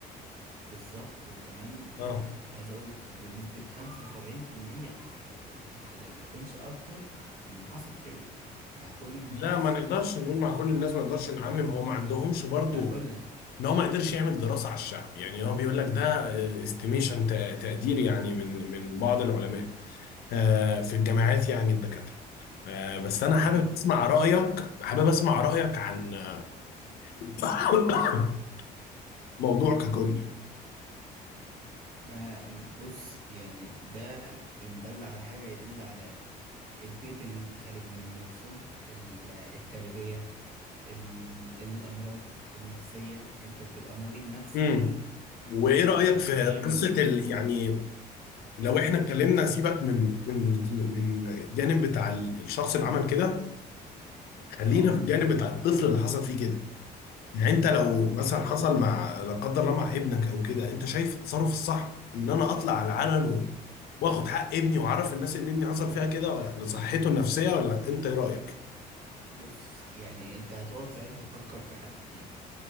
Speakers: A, on the right (about 60°); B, on the left (about 65°).
A: بالظبط وكمان
B: اه
A: يعني عايز اقول لك بنسبة 75% او ما إلا ما يكونش اكتر ان حصل كده مع كل الناس
B: لا ما نقدرش نقول مع كل الناس ما نقدرش نعمم هو ما عندهمش برضو
A: ما بقول لك
B: ان هو ما قدرش يعمل دراسه على الشعب يعني هو بيقول لك ده استيميشن تقدير يعني من من بعض العلماء آه، في الجامعات يعني الدكاترة آه، بس أنا حابب
A: ايوه
B: أسمع
A: صح
B: رأيك حابب أسمع رأيك عن <coughs> موضوع ككل
A: ما بص يعني ده ان دل على حاجة يدل على البيت اللي انت خارج منه نفسه ال- التربية ال- الأمراض النفسية انت بتبقى مريض نفسي
B: امم وإيه
A: 100%
B: رأيك
A: اللي
B: في
A: يعمل
B: قصة ال... يعني لو إحنا اتكلمنا سيبك من من من الجانب بتاع الشخص اللي عمل كده خلينا
A: اه
B: في الجانب بتاع الطفل اللي حصل فيه كده يعني انت لو مثلا
A: الج...
B: حصل مع لا قدر الله مع ابنك او كده انت شايف التصرف الصح ان انا اطلع على العلن و... واخد حق ابني واعرف الناس ان ابني حصل فيها كده ولا لصحته النفسيه ولا انت ايه رايك؟
A: بص يعني انت هتقعد ساعتها تفكر في حاجتين